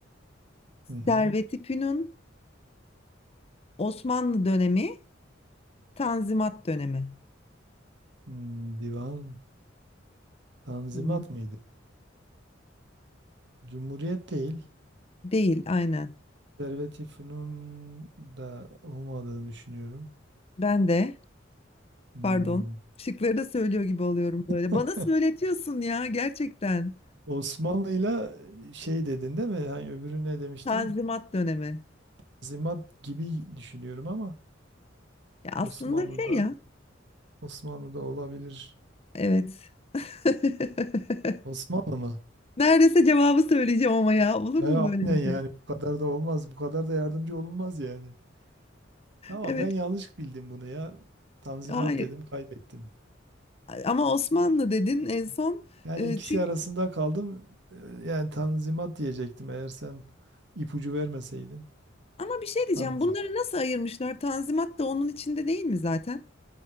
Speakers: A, on the right; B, on the left.
A: Hı hı.
B: Servet-i Fünun, Osmanlı dönemi, Tanzimat dönemi.
A: Hmm, divan Tanzimat
B: Oluyor.
A: mıydı? Cumhuriyet değil.
B: Değil, aynen.
A: Konservatifunun da olmadığını düşünüyorum.
B: Ben de,
A: Hmm.
B: pardon, şıkları da söylüyor gibi oluyorum böyle.
A: <laughs>
B: Bana söyletiyorsun ya gerçekten.
A: Osmanlı'yla e, şey dedin değil mi? Yani öbürü ne demiştin?
B: Tanzimat dönemi.
A: Tanzimat gibi düşünüyorum ama
B: Ya aslında
A: Osmanlı'da
B: şey ya,
A: Osmanlı'da olabilir.
B: evet. <laughs>
A: Osmanlı mı?
B: Neredeyse cevabı söyleyeceğim ama ya olur
A: E,
B: mu
A: aynen
B: böyle bir
A: yani
B: şey?
A: bu kadar da olmaz. Bu kadar da yardımcı olunmaz yani. Tamam
B: Evet,
A: ben yanlış bildim bunu ya. Tanzimat
B: hayır.
A: dedim kaybettim.
B: Ama Osmanlı dedin en son.
A: Yani
B: E,
A: ikisi
B: Çünkü
A: arasında kaldım. Ee, Yani Tanzimat diyecektim eğer sen ipucu vermeseydin.
B: Ama bir şey diyeceğim.
A: Tanz-
B: Bunları nasıl ayırmışlar? Tanzimat da onun içinde değil mi zaten?